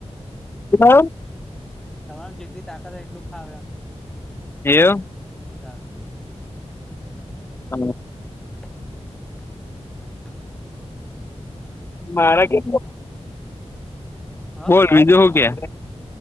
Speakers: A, on the left; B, in the centre.
A: હા
B: તમારે જેટલી તાકાત આવે એટલું ખાવે એમ
A: એય
B: <unintelligible>
A: હા
B: <inaudible>
A: મારા કે
B: હ
A: બોલ બીજું હો કે